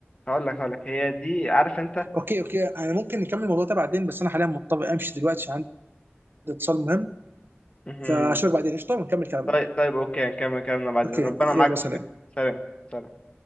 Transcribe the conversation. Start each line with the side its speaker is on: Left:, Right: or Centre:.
Left: هقول لك هقول لك هي دي عارف انت
Right: اوكي اوكي انا ممكن نكمل الموضوع ده بعدين بس انا حاليا مضطر امشي دلوقتي عشان اتصال مهم
Left: مهم.
Right: فاشوفك بعدين قشطه ونكمل كلامنا
Left: طيب طيب اوكي هنكمل كلامنا بعدين
Right: اوكي
Left: ربنا معاك
Right: يلا
Left: يا
Right: سلام
Left: صديقي سلام سلام